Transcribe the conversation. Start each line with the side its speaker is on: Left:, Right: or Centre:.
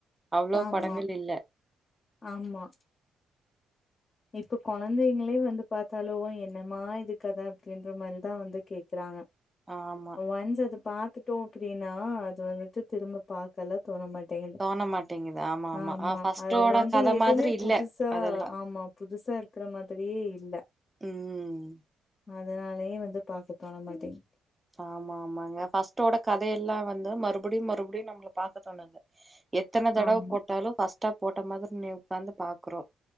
Right: அவ்ளோ
Left: ஆமா
Right: படங்கள் இல்ல
Left: ஆமா இப்ப கொழந்தைங்களே வந்து பாத்தாலு என்னமா இது கத அப்டின்ற மாரிதா வந்து கேக்குறாங்க
Right: ஆமா
Left: ஒன்ஸ் அது பாத்துட்டோ அப்டின்னா அது வந்துட்டு திரும்ப பாக்கல்லா தோண மாட்டங்கிது
Right: தோண மாட்டேங்குது
Left: ஆமா
Right: ஆ ஃபர்ஸ்ட்டோட
Left: அதுல வந்து
Right: கத
Left: எதுமே
Right: மாதிரி இல்ல
Left: புதுசு புதுசா
Right: அதெல்லா
Left: ஆமா புதுசா இருக்குற மாதிரியே இல்ல
Right: ம்
Left: அதனாலயே வந்து பாக்க தோண மாட்டங்குது
Right: ஆமா ஆமாங்க ஃபர்ஸ்டோட கதையெலா வந்து மறுபடியு மறுபடியு நம்மள பாக்க தோணுது எத்தன தடவ
Left: ஆமா.
Right: போட்டாலு ஃபர்ஸ்ட்டா போட்ட மாதிரி ஒக்காந்து பாக்குறோ